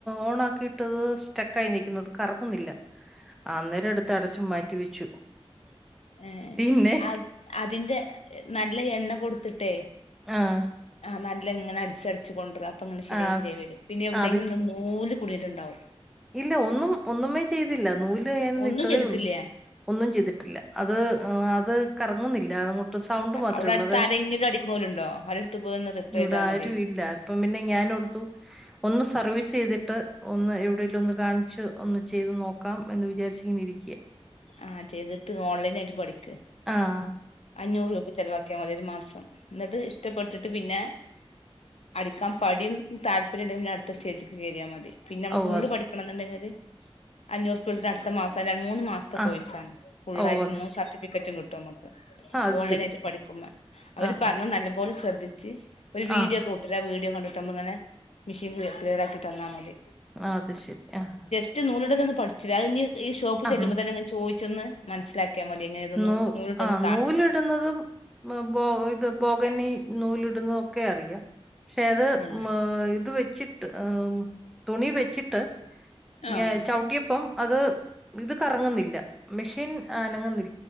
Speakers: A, in the centre; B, on the left.
A: ഓൺ ആക്കിയിട്ടത് സ്റ്റെക്കായി നിക്കുന്നു അത് കറങ്ങുന്നില്ല അന്നേരം എടുത്ത് അടച്ചു മാറ്റി വെച്ചു
B: ഏഹ്
A: പിന്നെ
B: അ അതിന്റെ നല്ല എണ്ണ കൊട്ത്തിട്ടേ
A: ആഹ്
B: ആഹ് നല്ലങ്ങനെ അടിച്ചടിച്ച് കൊണ്ടര്അ അപ്പങ്ങനെ ശരിയായി
A: ആഹ്
B: ശരിയായി വരും പിന്നെ എവിടെങ്കിലും
A: അത്
B: നൂല് കുട്ങ്ങിയിട്ടുണ്ടാവും
A: ഇല്ല ഒന്നും ഒന്നുമേ ചെയ്തില്ല നൂല് ഞാനൊന്ന്
B: ഒന്നും
A: ഇട്ടതേ
B: ചെയ്തിട്ടില്ല
A: ഉള്ളൂ ഒന്നും ചെയ്തിട്ടില്ല അത് അത് കറങ്ങുന്നില്ല അതങ്ങോട്ട് സൗണ്ട് മാത്രേ
B: അവിടെ
A: ഉള്ളൂ
B: അടുത്ത്
A: അതായത്
B: ആരെങ്കിലും അടിക്കണോലുണ്ടോ അവരെടുത്ത് പോയി ഒന്ന് റിപ്പയർ
A: ഇവിടെ
B: ചെയ്താൽ
A: ആരും
B: മതി
A: ഇല്ല അപ്പം പിന്നെ ഞാനോടുത്തു ഒന്ന് സർവീസ് ചെയ്തിട്ട് ഒന്ന് എവിടെ ങ്കിലൊന്ന് കാണിച്ച് ഒന്ന് ചെയ്ത് നോക്കാം എന്ന് വിചാരിച്ച് ഇങ്ങനെ ഇരിക്ക
B: ആഹ് ചെയ്തിട്ട് ഓൺലൈനായിട്ട് പഠിക്ക
A: ആഹ്
B: അഞ്ഞൂറ് രൂപ ചെലവാക്കിയാൽ മതി ഒരു മാസം ഇന്ന്ട്ട് ഇഷ്ടപ്പെട്ടിട്ട് പിന്നെ അടിക്കാൻ പഡിം താല്പര്യംണ്ടെങ്കി പിന്നെ അടുത്ത സ്റ്റേജ്ക്ക് കേറിയാൽ മതി പിന്നെ നമ്മള്
A: ഓ
B: ഫുള്ള്
A: അത്
B: പഠിക്കണം എന്നുണ്ടെങ്കില് അഞ്ഞൂറുപ്പ്യ കൊട്ത്ത് അടുത്ത മാസം അല്ല മൂന്ന് മാസം ത്ത
A: ആ
B: കോഴ്സാണ് ഫുള്ളായിട്ട്
A: ഓ അത്
B: മൂന്ന്
A: ശരി
B: സർട്ടിഫിക്കറ്റും കിട്ടും നമ്മക്ക്
A: ആ അത്
B: ഓൺലൈൻ
A: ശരി
B: ആയിട്ട് പഠിക്കുമ്പ അവര്
A: ആ
B: പറിയ്ണെ
A: ആ
B: നല്ല പോലെ ശ്രദ്ധിച്ച് ഒരു വീഡിയോ
A: ആ
B: ഒക്കെ വി ട്ടരാ വീഡിയോ കണ്ടിട്ട് നമ്മള് ഇങ്ങനെ മെഷീൻ ക്ലിയറാക്കി തന്നാ മതി
A: ആഹ് അത് ശരി ആഹ്
B: ഇജ്ജ് നൂല് ടലൊന്നും പട്ച്ചില അഹ് ഇഞ്ഞ് ഈ ഷോപ്പ്
A: ആ
B: ചെല്ലുമ്പോതന്നെ ഇങ്ങനെ ചോയി ചോന്ന് മനസ്സിലാക്കി. മതി അനെതൊന്ന്
A: നൂ
B: നൂല് ട ലൊന്ന്.
A: ആ നൂലിടുന്നതും ബ ഇത് ബോഗനി നൂലിടുന്നതും ഒക്കെ അറിയാ. പക്ഷെ അത്
B: ഏഹ്
A: ഇത് വെച്ചിട്ട് തുണി വെ ച്ചിട്ട്
B: ആഹ്
A: ഞാൻ ചാഹുട്യപ്പം. അത് ഇത് കറങ്ന്നില്ല മെഷീൻ അനങ്ങുന്നി